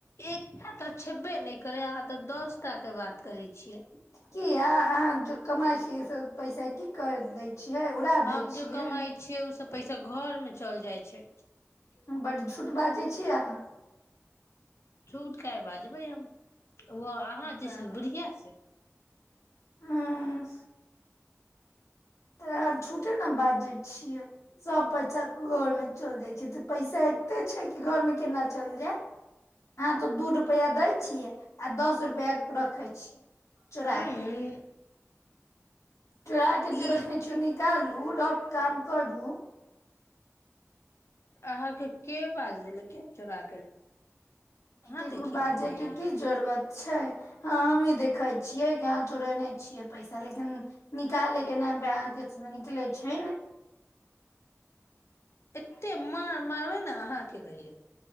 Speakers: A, on the left; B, on the left.
A: एकटा तऽ छबे नहि करै अहाँ तऽ दसटाके बात करै छियै
B: किया अहाँ ज कमाइ छियै से पैसा की कर दै छियै उड़ा
A: हम
B: दै
A: जो
B: छियै
A: कमाइ छियै उ सब पैसा घर मे चल जाइ छै
B: हम बड्ड झूठ बाजै छी अहाँ
A: छूट काहे बाजबै हम ओ अहाँ जेइसन
B: तऽ
A: बुढिआ से
B: हँ तऽ अहाँ झूटे ने बाजै छियै सब पैसा घर मे चल जाइ छै तऽ पैसा एते छै कि घर मे केना चल जाय अहाँ तो दू रुपआ दैत छियै आ दस रुपआ रखै छी चोराके
A: हूँ
B: चोराके
A: ई
B: जे रखने छियै निकालू र काम करू
A: अहाँ के के बाज लकै चोरा
B: केकरो
A: देखि
B: बाजै
A: गेलियै
B: के की जरूरत छै हँ हमी देख देखै छियै की अहाँ चोरेने छियै पैसा लेकिन निकालैके नाम पे अहाँके निकलै छै ने
A: एते मार मारबै ने अहाँके कहियौ